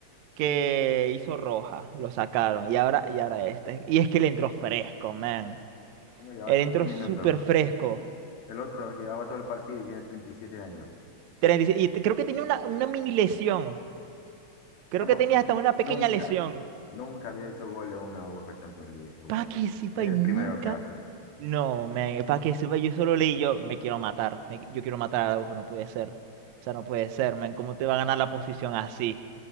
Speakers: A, on the right; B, on the left.
A: que hizo roja, lo sacaron. Y ahora, y ahora esta. Y es que le entró fresco, man.
B: Como lleva
A: Él
B: 15
A: entró
B: minutos.
A: súper fresco.
B: El otro llevaba todo el partido y tiene 37 años.
A: 36 Y seis y creo que tenía una, una mini lesión. Creo
B: Chamo,
A: que tenía hasta una pequeña
B: nunca,
A: lesión.
B: nunca había hecho gol en una UEFA Champions League ese jugador.
A: Pa' que sepa
B: Es
A: y
B: el
A: nunca.
B: primero que hace.
A: No, para que sepa, yo solo leí yo, me quiero matar, me qui- yo quiero matar a Araujo, no puede ser. O sea, no puede ser, man, ¿cómo te va a ganar la posición así?